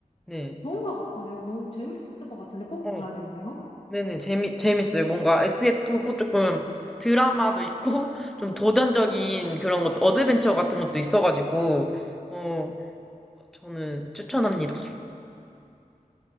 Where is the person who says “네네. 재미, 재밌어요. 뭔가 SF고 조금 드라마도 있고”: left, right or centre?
Centre